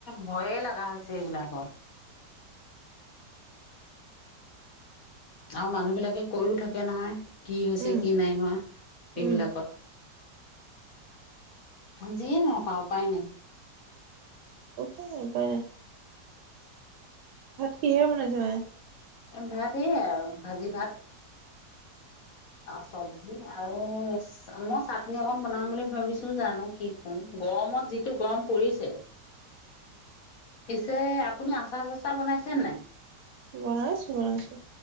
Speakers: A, on the left (about 60°); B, on the right (about 75°).
A: ভয়ে লগা হৈছে এইবিলাকৰ আৰু মানুহ বিলাকে কৈও থাকে নহয় কি হৈছে
B: উম
A: কি নাই হোৱা এইবিলাকত
B: উম
A: জি নহকা উপ উপায় নাই
B: উপ প ন পাৰে ভাত কিহে বনাইছে মায়ে
A: ভাত এইয় আৰু ভাজি ভাত চব্জি আৰু মই চাটনি অকন বনাম বুলি ভাবিছো জানো কি কম গৰমত যি টো গৰম পৰিছে পিছে আপুনি আচাৰ চচা বনাইছে নাই
B: বন আছো বন আছো